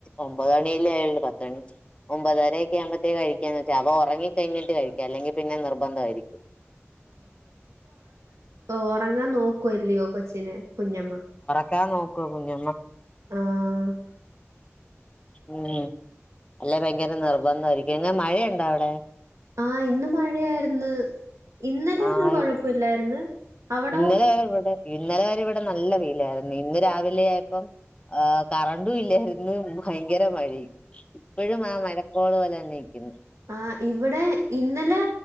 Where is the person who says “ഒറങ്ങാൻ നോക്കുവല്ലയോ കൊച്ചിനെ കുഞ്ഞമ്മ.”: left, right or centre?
Right